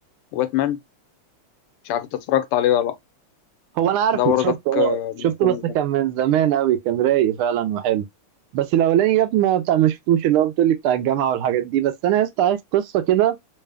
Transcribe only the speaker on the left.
وباتمان مش عارف انت اتفرجت عليه ولا لا
ده برضك
آه،
من الافلام
الجامده